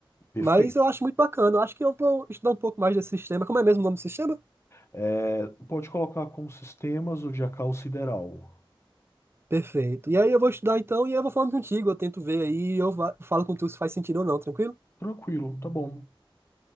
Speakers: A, on the left; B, on the right.
A: Perfeito.
B: Mas eu acho muito bacana. Eu acho que eu vou estudar um pouco mais desse sistema. Como é mesmo o nome do sistema?
A: É, pode colocar como sistemas o Diacal Sideral.
B: Perfeito. E aí eu vou estudar então e eu vou falando contigo. Eu tento ver aí e eu va- falo com tu se faz sentido ou não, tranquilo?
A: Tranquilo, tá bom.